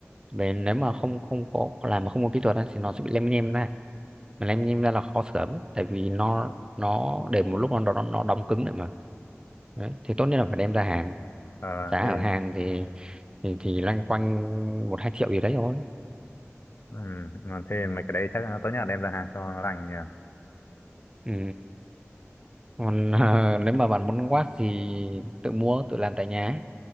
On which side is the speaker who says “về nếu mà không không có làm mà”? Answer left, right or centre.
Right